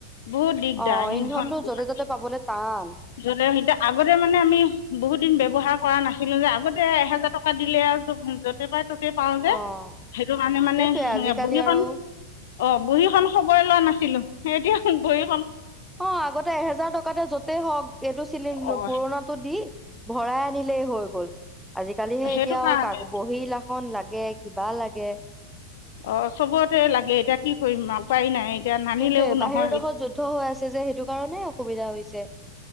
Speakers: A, on the left (about 55°); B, in the centre.
A: বহুত দিগদাৰ
B: অ
A: ইন্ধন
B: ইন্ধনটো
A: পোৱা।
B: য'তে ত'তে পাবলে টান
A: গলে সেই আগতে মানে আমি বহুত দিন ব্যৱহাৰ কৰা নাছিলো যে আগতে এহেজাৰ টকা দিলে আৰু য'তে পাই ত পাও যে
B: অ
A: সেইটো কাৰণে মানে
B: সেইটোয়ে আজিকালি
A: বহীখন
B: আৰু
A: অ বহীখন খবই লোৱা নাছিলো এতিয়া বহী
B: অ আগতে এহেজাৰ টকাতে য'তেই হওক এইেইটো চিলিণ্ডাৰ
A: অঁ
B: পুৰনাটো দি ভৰাই আনিলেই হৈ গ'ল আজি কালিহে
A: সেইটো
B: এতিয়া
A: কাৰণে
B: কাক বহি লা বহি খন‌লাগে কিবা লাগে
A: অ চবতে লাগে এতিয়া কি কৰিম উপায় নাই এতিয়া নানিলেও
B: সেইটো এ বাহিৰৰ
A: নহয়
B: দেশত যুদ্ধ হৈ আছে যে সেইটো কাৰনে অসুবিধা হৈছে